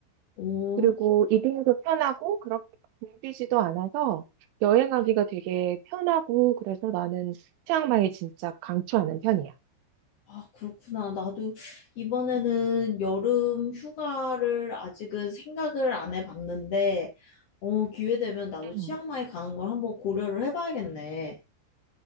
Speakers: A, on the left; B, on the right.
A: 오,
B: 그리고 이동도 편하고 그렇게 붐비지도 않아서 여행하기가 되게 편하고 그래서 나는 치앙마이 진짜 강추하는 편이야.
A: 아, 그렇구나. 나도 이번에는 여름 휴가를 아직은 생각을 안 해봤는데, 어, 기회 되면 나도
B: 음.
A: 치앙마이 가는 걸 한번 고려를 해봐야겠네.